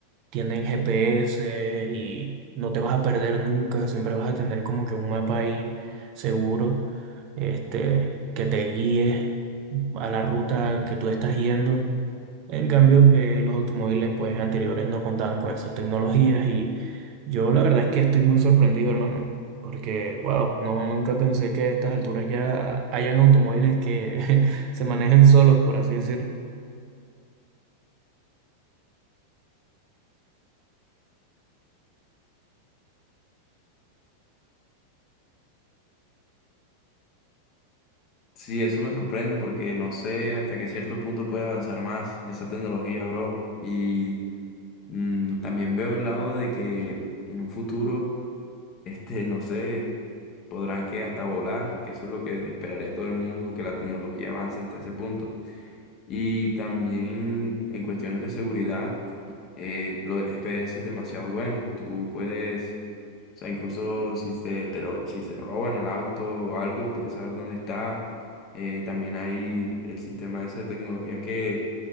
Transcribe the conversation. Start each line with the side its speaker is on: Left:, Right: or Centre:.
Right: tienen GPS y no te vas a perder nunca, siempre vas a tener como que un mapa ahí seguro, este, que te guíe a la ruta que tú estás yendo en cambio que los automóviles pues anteriores no contaban con esas tecnologías y yo la verdad es que estoy muy sorprendido, hermano, porque wow, no nunca pensé que a estas alturas ya hayan automóviles que <laughs> se manejen solos, por así decirlo.
Left: Sí, eso me sorprende porque no sé hasta qué cierto punto puede avanzar más esa tecnología, bro. Y mm, también veo el lado de que en un futuro, este, no sé. podrán que hasta volar, que eso es lo que esperaría todo el mundo, que la tecnología avance hasta ese punto. Y también en cuestiones de seguridad, eh, lo del GPS es demasiado bueno. Tú puedes, o sea, incluso si te, te lo- si se roban el auto o algo, puedes saber dónde está. Eh, también hay el sistema ese de tecnología que,